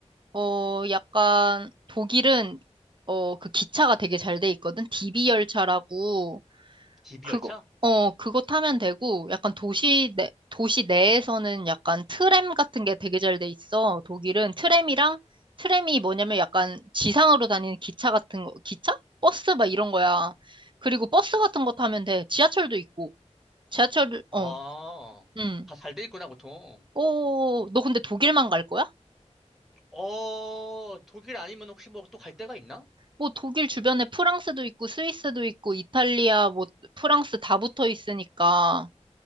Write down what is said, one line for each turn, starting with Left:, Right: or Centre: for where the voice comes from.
Right: 어, 약간 독일은 어, 그 기차가 되게 잘 돼 있거든. DB 열차라고.
Centre: DB
Right: 그거,
Centre: 열차?
Right: 어, 그거 타면 되고, 약간 도시 내, 도시 내에서는 약간 트램 같은 게 되게 잘 돼 있어. 독일은 트램이랑, 트램이 뭐냐면 약간 지상으로 다니는 기차 같은 거, 기차? 버스 막 이런 거야. 그리고 버스 같은 거 타면 돼. 지하철도 있고. 지하철,
Centre: 아,
Right: 어, 음.
Centre: 다 잘 돼 있구나, 보통.
Right: 오, 너 근데 독일만 갈 거야?
Centre: 어, 독일 아니면 혹시 뭐 또 갈 데가 있나?
Right: 뭐 독일 주변에 프랑스도 있고, 스위스도 있고, 이탈리아, 뭐 프랑스 다 붙어 있으니까.